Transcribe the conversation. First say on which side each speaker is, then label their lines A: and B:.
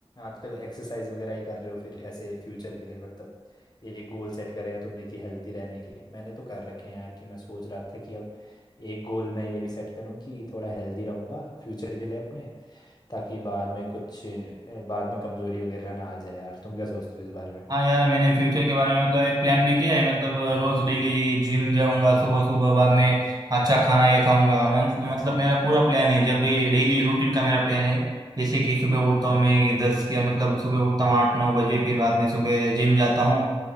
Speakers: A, on the left (about 40°); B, on the right (about 40°).
A: आजकल एक्सरसाइज वगैरह ही कर रहे हो फिर ऐसे फ्यूचर के लिए मतलब एक गोल सेट करे हैं तुमने कि हेल्दी रहने के मैंने तो कर रखे हैं यार कि मैं सोच रहा था कि अब एक गोल मैं ये भी सेट करूं कि थोड़ा हेल्दी रहूंगा फ्यूचर के लिए अपने ताकि बाद में कुछ अ, बाद में कमजोरी वगैरह ना आ जाए यार तुम क्या सोचते हो इस बारे में
B: हाँ यार मैंने फ्यूचर के बारे में मतलब एक प्लान भी किया है मतलब अ, रोज डेली जिम जाऊंगा सुबह सुबह बाद में अच्छा खाना ये खाऊंगा मन, मतलब मेरा पूरा प्लान है जब भी डेली रूटीन का मेरा प्लान है जैसे कि सुबह उठता हूँ मैं ये दस के मतलब सुबह उठता हूँ आठ नौ बजे फिर बाद में सुबह जिम जाता हूँ